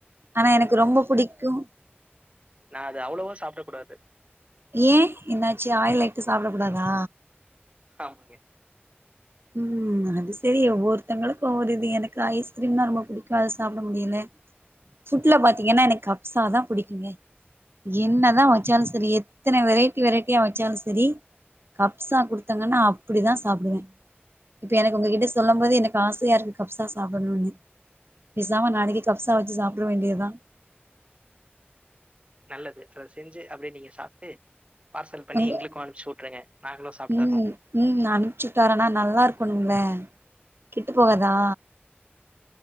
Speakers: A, on the right (about 65°); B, on the right (about 30°).
A: ஆனா எனக்கு ரொம்ப புடிக்கு
B: நா அது அவ்ளோவா சாப்ட கூடாது
A: ஏன் என்னாச்சு ஆயில் ஐட்டோ சாப்பட கூடாதா
B: ஹாமாங்க
A: ம் அது செரி ஒவ்வொருத்தங்களுக்கு ஒவ்வொரு இது எனக்கு ஐஸ்க்ரீம்னா ரொம்ப பிடிக்கு அது சாப்ட முடில ஃபுட்ல பாத்தீங்கன்னா எனக் கப்சா தா புடிக்குங்க என்னதா வச்சாலு சரி எத்தன வெரைட்டி வெரைட்டியா வச்சாலு சரி கப்சா குடுத்தாங்கன்னா அப்புடிதா சாப்டுவ இப்ப எனக்கு உங்ககிட்ட சொல்லும் போது எனக்கு ஆசையா இருக்கு கப்சா சாப்பட்ணும்னு பேசாம நாளைக்கி கப்சா வச்சு சாப்ட்டுற வேண்டியதா
B: நல்லது அத செஞ்சு அப்டியே நீங்க சாப்ட்டு பார்சல் பண்ணி
A: உங்க
B: எங்களுக்கு அனுப்ச்சு உட்ருங்க நாங்களு சாப்ட்டறோ
A: ம் ம் நா அனுப்ச்சுட்டாரனா நல்லா இருக்கணுங்கள கெட்டு போகாதா